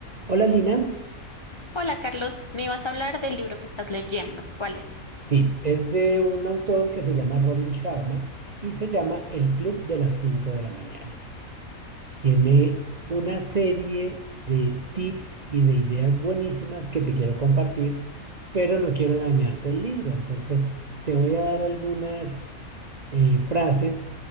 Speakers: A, on the right (about 50°); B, on the left (about 45°).
A: Hola Lina.
B: Hola Carlos, me ibas a hablar del libro que estás leyendo. ¿Cuál es?
A: Sí, es de un autor que se llama Robin Sharma y se llama El Club de las Cinco de la mañana. Tiene una serie de tips y de ideas buenísimas que te quiero compartir, pero no quiero dañarte el libro. Entonces, te voy a dar algunas eh, frases